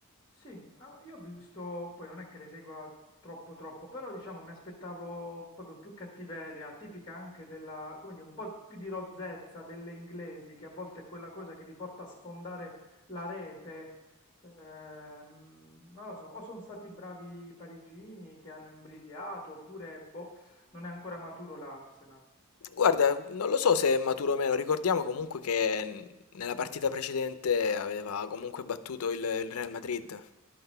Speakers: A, on the left (about 20°); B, on the left (about 80°).
A: Sì, ah, io ho visto, poi non è che le segua troppo troppo, però diciamo mi aspettavo proprio più cattiveria, tipica anche della, come dire, un po' più di rozzezza delle inglesi, che a volte è quella cosa che ti porta a sfondare la rete. Ehm, non lo so, o sono stati bravi i parigini che hanno imbrigliato, oppure boh, non è ancora maturo l'Arsenal.
B: Guarda, non lo so se è maturo o meno, ricordiamo comunque che mh, nella partita precedente aveva comunque battuto il, il Real Madrid.